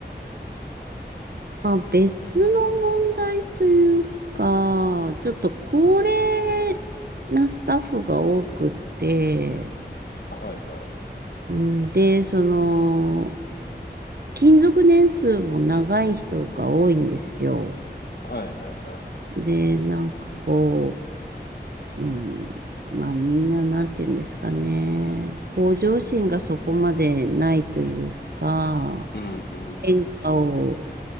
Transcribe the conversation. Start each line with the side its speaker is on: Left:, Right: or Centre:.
Right: まあ、別の問題というか、ちょっと高齢なスタッフが多くって、
Left: はいはい。
Right: うんで、その、勤続年数も長い人が多いんですよ。
Left: はいはいはい。
Right: で、なんかこう、うん、まあみんななんて言うんですかね、向上心がそこまでないというか、
Left: うんうんうんうんうん。
Right: 変化を